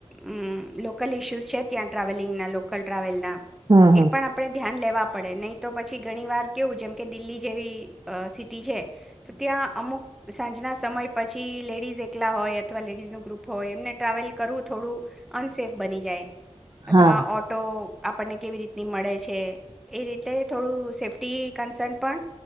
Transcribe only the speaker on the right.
હા
હા
હા